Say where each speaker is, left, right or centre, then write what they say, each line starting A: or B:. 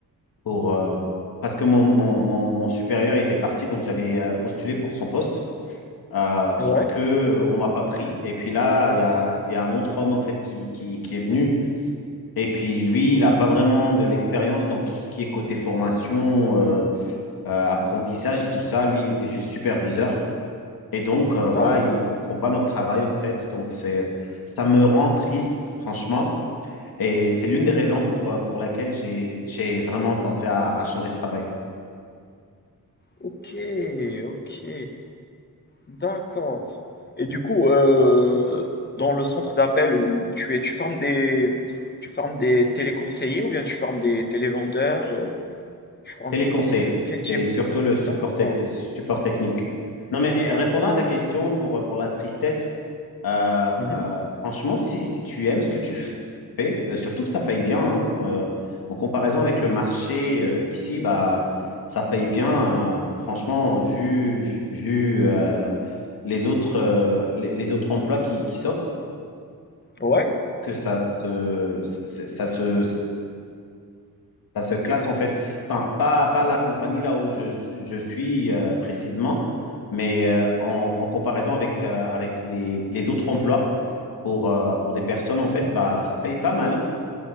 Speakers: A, on the left (about 85°); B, on the left (about 30°).
A: pour, euh, parce que mon, mon, mon, mon supérieur était parti, donc j'avais euh, postulé pour son poste, Euh,
B: Ouais.
A: sauf que euh, on m'a pas pris. Et puis là, il y a, il y a un autre homme, en fait, qui, qui, qui est venu. Et puis lui, il n'a pas vraiment de l'expérience dans tout ce qui est côté formation, euh, euh, apprentissage et tout ça. Lui, il était juste superviseur. Et donc, euh, voilà,
B: D'accord.
A: il comprend pas notre travail, en fait. Donc, c'est, ça me rend triste, franchement. Et c'est l'une des raisons pour, euh, pour laquelle j'ai, j'ai vraiment pensé à, à changer de travail.
B: Ok, ok. D'accord. Et du coup, euh, dans le centre d'appel où tu es, tu formes des, tu formes des téléconseillers ou bien tu formes des télévendeurs, euh, tu formes
A: Téléconseil,
B: que- quel
A: c'est
B: type de...
A: surtout le
B: D'accord.
A: support, te- support technique. Non, mais répondant à ta question pour, pour la tristesse, euh,
B: Mhm.
A: euh, franchement, si, si tu aimes ce que tu fais, euh, surtout que ça paye bien, hein, euh, en comparaison avec le marché euh, ici, bah, ça paye bien, euh, franchement, vu, vu, vu, euh, les autres, euh, les, les autres emplois qui, qui s'offrent,
B: Ouais,
A: que ça se, ça, ça se, ça se classe en fait. Enfin, pas, pas la compagnie là où je, suis- je suis euh, précisément, mais euh, en, en comparaison avec, euh, avec les, les autres emplois pour, euh, pour des personnes en fait, bah, ça paye pas mal.